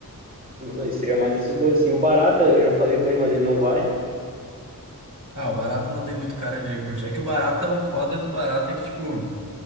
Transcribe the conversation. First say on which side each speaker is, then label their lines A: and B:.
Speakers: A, on the right; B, on the right.
A: Mas Seria mais esses dois, assim. O Barata, eu já falei com ele, mas ele não vai.
B: Ah, o barato não tem muito cara de curtir. É que o barato, o foda do barato é que, tipo,